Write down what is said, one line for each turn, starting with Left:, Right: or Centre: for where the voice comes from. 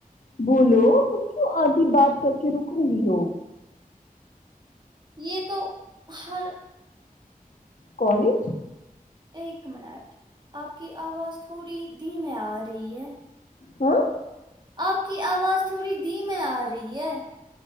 Left: بولو تم کیوں آدھی بات کر کے رک رہی ہو
Right: یہ تو ہر
Left: کالج
Right: ایک منٹ آپ کی آواز تھوڑی دھیمے آ رہی ہے
Left: ہاں
Right: آپ کی آواز تھوڑی دھیم آ رہی ہے